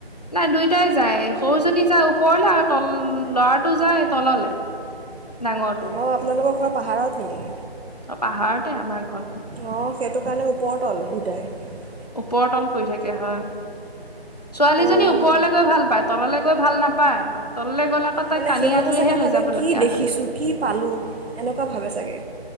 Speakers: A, on the left; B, on the right.
A: নাই দুয়োটাই যায় সৰু জনী যায় ওপৰলে আৰু তল ল'ৰাটো যায় তললে ডাঙৰটো
B: অ আপোনালোকৰ ঘৰত পাহাৰত নেকি?
A: অ পাহাৰতে আমাৰ ঘৰ।
B: অ সেইটো কাৰণে ওপৰ তল, দুয়োটাই
A: ওপৰ তল কৰি থাকে হয়। ছোৱালীজনী
B: অঁ
A: ওপৰলে গৈ ভাল পায় তললৈ গৈ ভাল নাপায় তললৈ গলে আকৌ তাইক
B: মানে
A: টানি
B: সিহঁতে
A: আজুৰিহে
B: চাগে
A: লৈ
B: ভাবে
A: যাব
B: কি
A: লগীয়া
B: দেখিছোঁ
A: হয়
B: কি পালোঁ এনেকুৱা ভাবে চাগে